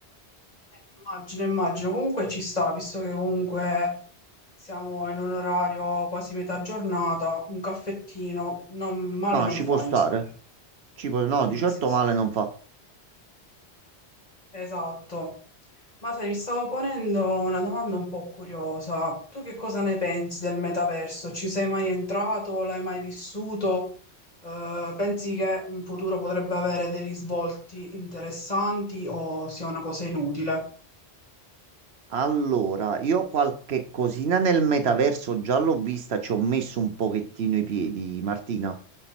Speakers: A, on the left (about 35°); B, on the right (about 70°).
A: Eh, Immagino, immagino, comunque ci sta, visto che comunque siamo in un orario quasi metà giornata, un caffettino, non- male
B: No,
A: non
B: ci
A: fa,
B: può stare,
A: insomma.
B: ci può, no,
A: Sì,
B: di certo
A: sì, sì,
B: male
A: sì.
B: non fa.
A: Esatto. Ma sai, mi stavo ponendo una domanda un po' curiosa. Tu che cosa ne pensi del metaverso? Ci sei mai entrato? L'hai mai vissuto? Eh, pensi che in futuro potrebbe avere dei risvolti interessanti o sia una cosa inutile?
B: Allora, io qualche cosina nel metaverso già l'ho vista, ci ho messo un pochettino i piedi, Martina.